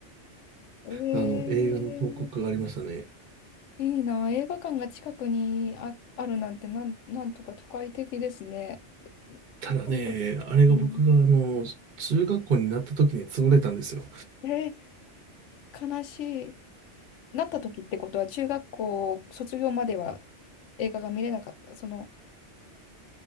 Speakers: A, on the left; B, on the right.
A: え
B: あの映画の広告がありましたね。
A: えいいな。映画館が近くにあ、あるなんてなん、なんとか都会的ですね。ち
B: ただね、
A: ょっと、
B: あれが僕があの、
A: うん、
B: 中学校になった時に潰れたんですよ。
A: えー悲しい。なった時ってことは、中学校卒業までは映画が見れなかった。その、